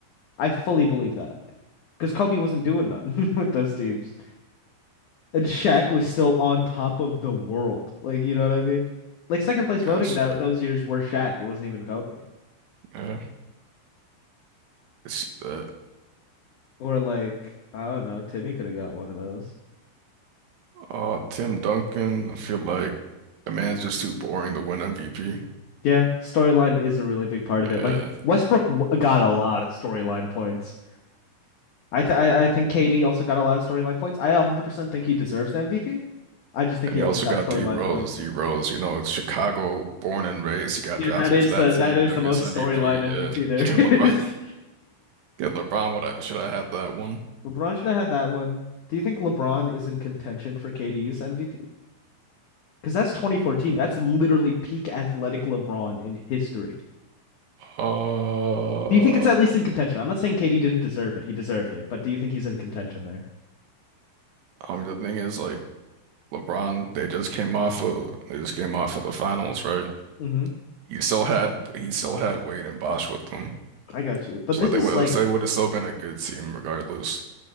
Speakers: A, on the left (about 70°); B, on the right (about 65°).
A: I fully believe that. Because Kobe wasn't doing nothing <laughs> with those teams. And Shaq was still on top of the world. Like, you know what I mean? Like second
B: I
A: place
B: guess.
A: voting that
B: Yeah,
A: those years were Shaq. It wasn't even Kobe.
B: yeah, I can see that.
A: Or like, I don't know, Timmy could have got one of those.
B: Uh, Tim Duncan, I feel like the man's just too boring to win MVP.
A: Yeah, storyline is a really big part of it.
B: Yeah,
A: Like Westbrook w- got a lot of storyline points. I th I, I think KD also got a lot of storyline points. I 100% think he deserves the MVP. I just think
B: and
A: he
B: you
A: also
B: also
A: got
B: got
A: storyline
B: D Rose.
A: points.
B: D Rose, you know, Chicago, born and raised. He got
A: Yeah,
B: drafted
A: that is
B: to that
A: the
B: team,
A: that is
B: youngest
A: the most
B: MVP.
A: storyline MVP
B: Yeah, <laughs>
A: there
B: get LeBron.
A: is.
B: Get LeBron. What I should I have that one?
A: <laughs> LeBron should have had that one. Do you think LeBron is in contention for KD's MVP? Because that's 2014. That's literally peak athletic LeBron in history.
B: Uh,
A: Do you think it's at least in contention? I'm not saying KD didn't deserve it. He deserved it, but do you think he's in contention there?
B: I mean, the thing is, like LeBron, they just came off of they just came off of the finals, right?
A: hmm
B: He still had he still had Wade and Bosch with them,
A: I got you. But
B: so
A: this
B: like they
A: is
B: would
A: like
B: so they would have still been a good team regardless.